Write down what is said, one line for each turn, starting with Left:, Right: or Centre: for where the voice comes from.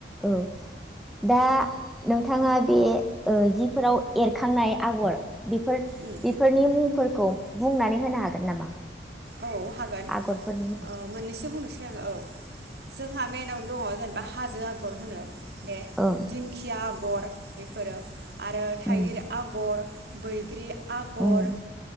Centre: औ दा नोंथां थाङा बे जिफोराव एरखांनाय आगर बेफोर
Right: उम
Centre: बेफोरनि मुंफोर खौ बुंनानै होनो हागोन नामा?
Right: औ हागोन
Centre: आगरफोरनि मुं
Right: ओ मोननैसो बुंनोसै आङो औ। जोंहा मेइनाव दं जेनेबा हाजो आगर बे
Centre: ओं
Right: दिंखिया आग गर बेफोरो। आरो थाइगिर
Centre: उम
Right: आगर बैग्रि आगर
Centre: उम